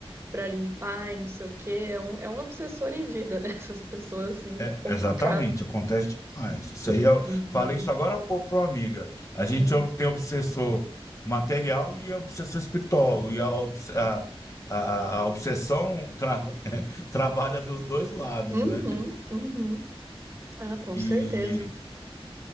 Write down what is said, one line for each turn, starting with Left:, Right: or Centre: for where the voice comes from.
Right: pra limpar e não sei o quê. É um, é um obsessor em vida, né? <laughs> Essas pessoas, assim,
Left: É,
Right: é complicado.
Left: exatamente, acontece demais. Isso aí eu
Right: Uhum,
Left: falei isso agora há pouco para uma amiga. A gente
Right: uhum,
Left: ob- tem obsessor material e obsessor espiritual, e a, obs- a, a, a obsessão tra- <laughs> trabalha dos dois lados,
Right: uhum.
Left: né?
Right: uhum. Ah, com
Left: E
Right: certeza.